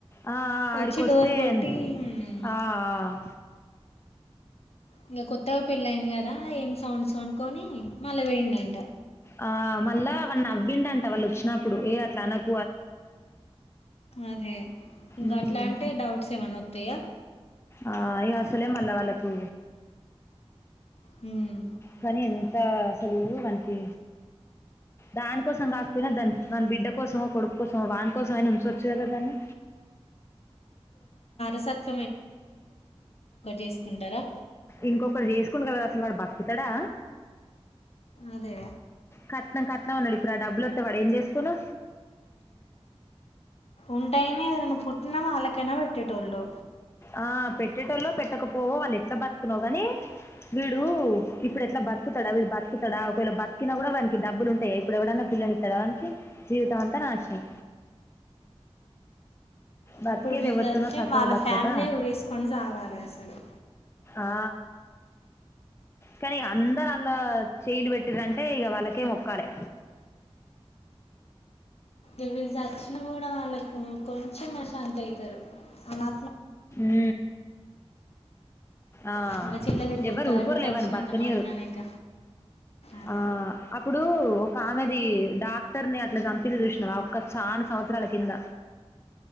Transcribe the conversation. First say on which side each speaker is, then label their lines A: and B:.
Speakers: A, on the left; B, on the left.
A: ఆ ఆ అడికిొస్తే
B: వచ్చి డోర్ కొట్టి
A: న్
B: "మ్,
A: ఆ ఆ
B: ఇంగ కొత్తగా పెళ్లియింది కదా ఏం సౌండ్సో అనుకోని మళ్ళ పోయిండు అంట
A: ఆ మళ్ళా వా నవ్విండు అంట వాళ్ళు వచ్చినప్పుడు ఏ అట్లా అనక్
B: అదే ఇం
A: ఉమ్.
B: గట్లంటే డౌట్స్ ఏమనా వోత్తయా
A: ఆ ఈగా అసలే మళ్ల వాళ్ళకు
B: హ్మ్
A: కానీ ఎంత అసలు వానికి దానికోసం కాకపోయినా, దాని దాని బిడ్డ కోసమో, కొడుకు కోసమో, వాని కోసం అయినా ఉంచొచ్చు గా దాన్ని.
B: సత్ చేసుకుంటారా
A: ఇంకొకరు చేసుకుండ్ కదా అయిన వాడు బతుకుతాడా
B: అదే
A: కట్నం కట్నాం అన్నాడు ఇప్పుడు ఆ డబ్బులు వత్తే వాడు ఏం చేసుకుండు
B: ఉంటైనే ఏన్నా పుట్టిన వాళ్లకనా పెట్టటి టోల్లో
A: ఆ పెట్టేటళ పెట్టకపోవ వాళ్ళు ఎట్లా బతుకున్నావు గాని వీడు ఇప్పుడు ఎలా బతుకుతాడా విడు బతుకుతాడా ఒకవేళ చిన కూడా వానికి డబ్బులు ఉంటాయి, ఇప్పుడ ఎవడన్నా పిల్లని ఇస్తార వానికి జీవితం అంతా నాశనం బతికేది
B: ఇప్పుడు వీరు
A: ఎవరితోనో
B: తచ్చే
A: చక్కగా
B: వాళ్ళ
A: బతకక
B: ఫ్యామిలీ ఉరేసుకొని చవాలి అసలు
A: ఆ, కానీ అందరు అలా చేలు పెట్టిరంటే ఇక వాళ్ళకే మొక్కాలే
B: ఇ వీళ్ళు సచిన కూడా వాళ్ళకు కొంచెం శాంతి అవుతారు అలా
A: ఊ ఆ
B: వాళ్ళ చెల్లె తిరిగి
A: ఎవ్వరు
B: వస్తారా
A: ఊకోరులే
B: వీడు చచ్చినంత
A: వాని బతకనీయరు
B: మాత్రానే ఇక అదే
A: ఆ అప్పుడు ఒక ఆమెది డా క్టర్ని అట్ల చంపింది చూసినావా ఒక్క చానా సంవత్సరాల కింద